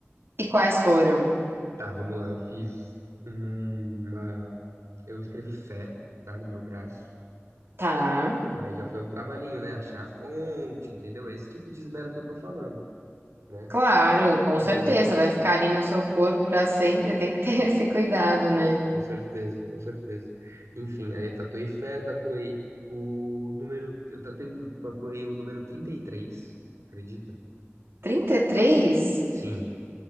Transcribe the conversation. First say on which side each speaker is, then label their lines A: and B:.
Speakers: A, on the right; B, on the right.
A: E quais foram?
B: Tá, vamos lá. Eu fiz uma. Eu escrevi fé, tá, no meu braço.
A: Tá.
B: E aí já foi um trabalhinho, né? Achar a fonte, entendeu? Esse tipo de esmero que eu tô falando, né?
A: Claro, com
B: Uhum,
A: certeza. Vai ficar ali no seu corpo pra sempre. Tem que ter <laughs> esse cuidado, né?
B: com certeza, com certeza. Enfim, aí eu tatuei fé, tatuei o número. Eu tatuei, tatuei o número trinta e três acredita?
A: trinta e três
B: Sim,